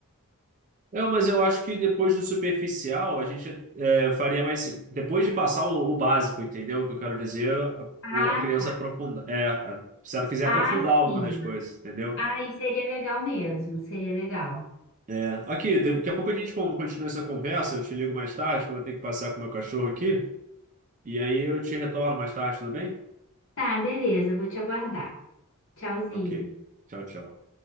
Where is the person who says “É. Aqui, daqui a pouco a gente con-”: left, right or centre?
Right